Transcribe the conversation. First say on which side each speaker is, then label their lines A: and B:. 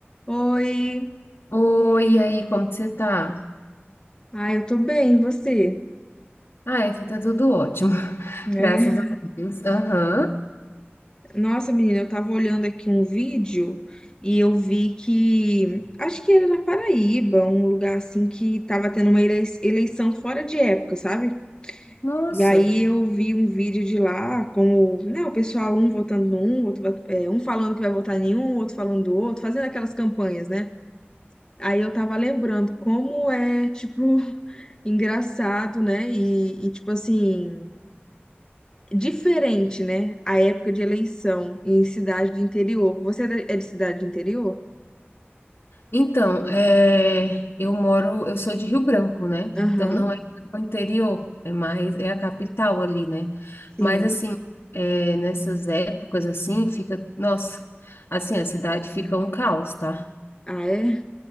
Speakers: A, on the left (about 20°); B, on the left (about 65°).
A: Oi,
B: Oi, e aí, como que você tá?
A: ah, eu tô bem, e você?
B: Ah, aqui tá tudo ótimo, <laughs>
A: É.
B: graças a Deus. Aham,
A: Nossa, menina, eu tava olhando aqui um vídeo e eu vi que, acho que era na Paraíba, um lugar assim que tava tendo uma elei- eleição fora de época, sabe?
B: Nossa.
A: E aí eu vi um vídeo de lá, como, né, o pessoal um votando num, outro, va- é, um falando que vai votar em um, outro falando do outro, fazendo aquelas campanhas, né? Aí eu tava lembrando como é, tipo, <laughs> engraçado, né? E, e tipo assim. diferente, né? A época de eleição em cidade do interior. Você é da- é de cidade do interior?
B: Então, é, eu moro, eu sou de Rio Branco, né?
A: Aham,
B: Então não é o interior, é mais, é a capital ali, né?
A: sim.
B: Mas assim, é, nessas épocas assim, fica, nossa, assim, a cidade fica um caos, tá?
A: Ah, é?